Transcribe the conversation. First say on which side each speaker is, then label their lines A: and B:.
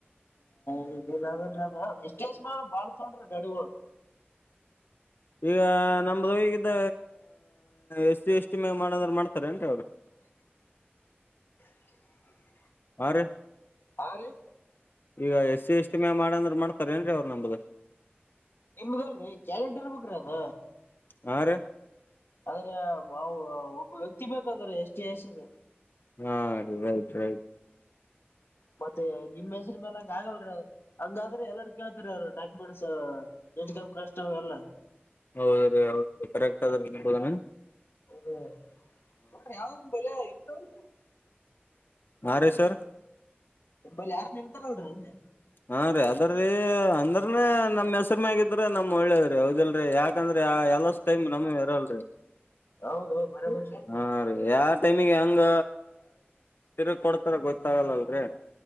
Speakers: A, on the left; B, on the left.
A: ಎಷ್ಟ ದಿವಸ ಮಾಡಬೇಕ ಬಾಳ್ ತೋಂಡ್ರಿ ಗಾಡಿಗೊಳು
B: ಈಗ ನಮ್ದೋಗಿದ ಎಸ್ ಎಸ್ಟಿ ಮ್ಯಾಗ ಮಾಡಂದ್ರ ಮಾಡ್ತ ದ್ರಿ ಅವರು
A: <inaudible>
B: ಆ ರಿ
A: ಹಾ ರೀ
B: ಈಗ ಎಸಿ ಎಷ್ಟಿ ಮ್ಯಾಗ ಮಾಡಂದ್ರ ಮಾಡ್ತಾರ ಏನ್ರೀ ಅವ್ರು ನಂಬದು
A: ನಿಮ್ದಲ್ರೀ ಗ್ಯಾರೆಂಟಿ ಇರಬೇಕರಿ ಅದ
B: ಹಾ ರೀ
A: ಅದರಿ ಒಬ್ಬ ವ್ಯಕ್ತಿ ಬೇಕದ್ರಿ ಎಷ್ಟಿ ಎಸಿದ
B: ಹಾ ರೈಟ್ ರೈಟ್
A: ಮತ್ತೆ ನಿಮ್ ಹೆಸ್ರ ಮ್ಯಾಲ ಹಂಗ ಆಗಲ್ರರಿ ಅ ಹಂಗಾದ್ರ ಎಲ್ಲಟ ಕೇಳತ್ರಿ ಅವರು ಡಾಕ್ಯುಮೆಂಟ್ಸ್ ಇನ್ಕಮ್ ಕಾಸ್ಟ್ ಅವೆಲ್ಲ
B: ಹೌದ್ರೀ ಹೌದ್ರಿ ಕರೆಕ್ಟ್ ಆದ್ರಿ ನಿಮ್ಮಬೋದುನ
A: ಹ ನೋಡರಿ ಯಾವ್ದ ನಿ ಬಲೆ ಎತಾವಲ್ರಿ
B: ಹಾ‌ ರೀ ಸರ್
A: ನಿಂಬಲ್ಲಿ ಯಾರನ ಇರ್ತಾರಲ್ರರಿ ಅಂದೆ
B: ಹಾ ರೀ ಅದ್ರೀ ಅಂದ್ರನ ನಮ್ ಹೆಸ್ರ ಮ್ಯಾಗಿದ್ರ ನಮ್ ಒಳ್ಳೇದ್ರಿ ಹೌದಿಲ್ರರಿ ಯಾಕಂದ್ರ ಎಲಸ್ಸು ಟೈಮ್ ನಮ್ಮುವೆ ಇರಲ್ರಿ
A: ಹೌದೌದು ಬರಬರಿ
B: ಹಾ ರೀ ಟೈಮಿಗೆ ಹೆಂಗ ತಿರುಗ ಕೊಡ್ತಾರ ಗೊತ್ತಾಗಲ್ಲಲ್ರಿ